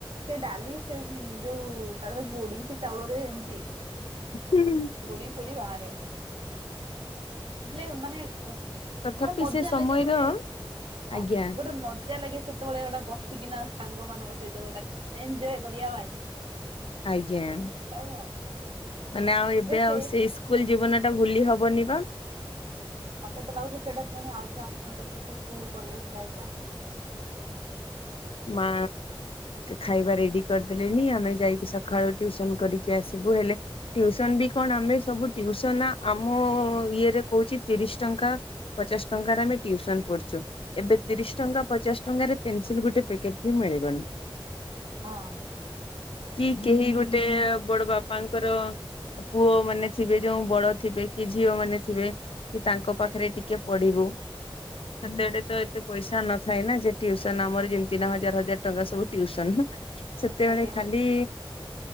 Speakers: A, on the right; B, on the left.
A: ସେ ଡାଲି ସେ ଯୋଉ ତାପରେ ଗୋଡି ସେ ଚାଉଳରେ ଏମିତି।
B: ହୁଁ। <unintelligible>
A: ଗୁଡ଼ି ଫୁଡି ବାହାରେ। ହେଲେ ମାନେ ଗୋ
B: ତଥାପି
A: ଗୋଟେ ମଜା
B: ସେ ସମୟର
A: ଲାଗେ ଗୋଟେ ହଁ
B: ଆଜ୍ଞା
A: ଗୋଟେ ମ ମଜା ଲାଗେ ସେତେବେଳେ ଗୋଟେ ବସିକିନା ସାଙ୍ଗମାନଙ୍କ ସହିତ ଗୋଟେ ଏନଜୟେ କରିବା ପାଇଁ।
B: ଆଜ୍ଞା।
A: ଆଉ। <unintelligible>
B: ମାନେ ଆଉ ଏବେ
A: ସେ
B: ଆଉ ସେଇ
A: ସବୁ
B: ସ୍କୁଲ
A: ନା
B: ଜୀବନ ଟା ଭୁଲି ହବନି ବା।
A: ମତେ ତ ଲାଗୁଛି ସେଇଟାପୁଣି ଆଉଥରେ ଆସୁନ୍ତା କି ସେ ସ୍କୁଲ କଲେଜ ଲାଇଫ ଟା।
B: ମା ଖାଇବା ରେଡି କରିଦେଲେଣି ଆମେ ଯାଇକି ସକାଳୁ ଟିଉସନ କରିକି ଆସିବୁ ହେଲେ ଟିଉସନ ବି କଣ ଆମେ ସବୁ ଟିଉସନ ଆମ ଇଏରେ କହୁଛି ତିରିଶି ଟଙ୍କା। ପଚାଶ ଟଙ୍କାରେ ଆମେ ଟିଉସନ ପଢୁଛୁ ଏବେ ତିରିଶ ଟଙ୍କା ପଚାଶ ଟଙ୍କାରେ ପେନସିଲ ଗୋଟେ ପିକେଟ ବି ମିଳିବନି।
A: ହଁ।
B: କି କେହି ଗୋଟେ ବଡ ବାପାଙ୍କର ପୁଅ ମାନେ ଥିବେ ଯୋଉ ବଡ ଥିବେ କି ଝିଅ ମାନେ ଥିବେ କି ତାଙ୍କ ପାଖରେ
A: ଆଜ୍ଞା
B: ଟିକେ ଟିକେ ପଢିବୁ ସେତେଡେ ତ ଏତେ ପଇସା ନଥାଏ ନା ଯେ ଟିଉସନ ଆମର ଯେ ତିନ ହଜାର ହଜାର ଟଙ୍କା ସବୁ ଟିଉସନ ସେତେବେଳେ
A: ଆଜ୍ଞା
B: ଖାଲି